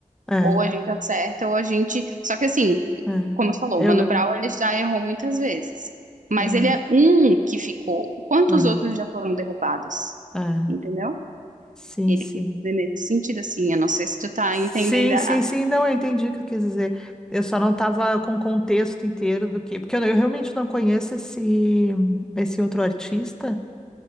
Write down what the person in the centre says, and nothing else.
Ah,
ah.
Eu
lembro.
Ah,
aham,
ah.
Sim,
sim.
Sim,
sim, sim, não, eu entendi o que tu quis dizer. Eu só não estava com o contexto inteiro do que, porque eu, eu realmente não conheço esse, esse outro artista.